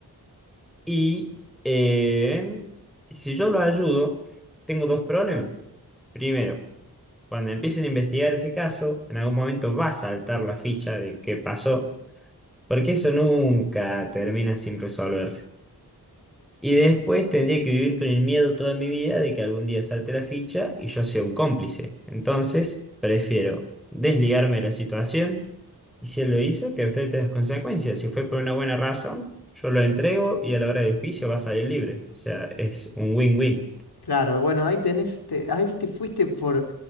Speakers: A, in the centre; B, on the left (about 75°).
A: Y eh, si yo lo ayudo, tengo dos problemas. Primero, cuando empiecen a investigar ese caso, en algún momento va a saltar la ficha de qué pasó, porque eso nunca termina sin resolverse. Y después tendría que vivir con el miedo toda mi vida de que algún día salte la ficha y yo sea un cómplice. Entonces, prefiero desligarme de la situación y si él lo hizo, que enfrente las consecuencias. Si fue por una buena razón, yo lo entrego y a la hora del juicio va a salir libre. O sea, es un win-win.
B: Claro, bueno, ahí tenés, te, ahí te fuiste por,